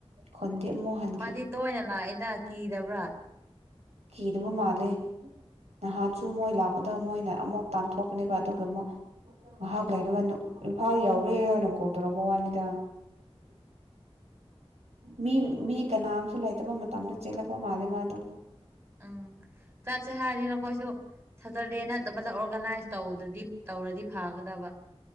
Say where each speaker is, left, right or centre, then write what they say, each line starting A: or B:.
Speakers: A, on the right (about 90°); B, on the right (about 25°).
A: ꯈꯣꯟꯗꯦ ꯃꯣꯍꯟ
B: ꯃꯥꯗꯤ ꯇꯣꯏꯅ ꯂꯥꯛꯏꯦꯗ ꯀꯤꯕ꯭ꯔꯥ
A: ꯀꯔꯕꯨ ꯃꯥꯂꯦ ꯅꯍꯥꯟꯁꯨ ꯃꯣꯏ ꯂꯥꯛꯀꯗꯕ ꯃꯣꯏꯅ ꯑꯃꯨꯛ ꯇꯥꯟꯊꯣꯛꯀꯅꯦꯕ ꯑꯗꯨꯒ ꯑꯃꯨꯛ ꯉꯥꯏꯍꯥꯛ ꯂꯩꯔꯒ ꯏꯝꯐꯥꯜ ꯌꯥꯎꯔꯦ ꯍꯥꯏꯅ ꯀꯣꯜ ꯇꯧꯔꯛꯄ ꯋꯥꯅꯤꯗ ꯃꯤ ꯃꯤ ꯀꯅꯥꯝꯁꯨ ꯂꯩꯇꯕ ꯃꯇꯝꯗ ꯆꯦꯜꯂꯛꯄ ꯃꯥꯜꯂꯦ ꯃꯥꯗꯣ
B: ꯎꯝ ꯆꯠꯁꯦ ꯍꯥꯏꯔꯤꯅ ꯀꯣꯏꯁꯨ ꯁꯇꯔꯗꯦ ꯅꯠꯇꯕꯗ ꯑꯣꯔꯒꯅꯥꯏꯁ ꯇꯧꯗ꯭ꯔꯗꯤ ꯇꯧꯔꯗꯤ ꯐꯥꯒꯗꯕ